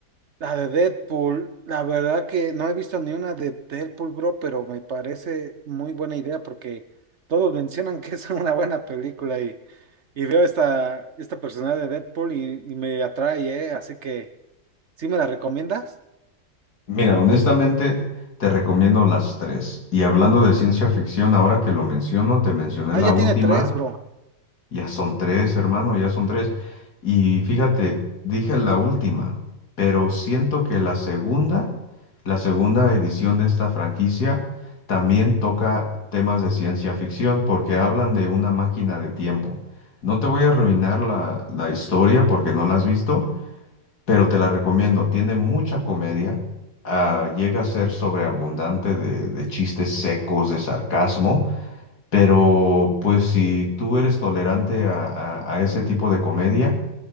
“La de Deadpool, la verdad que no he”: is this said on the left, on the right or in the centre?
Right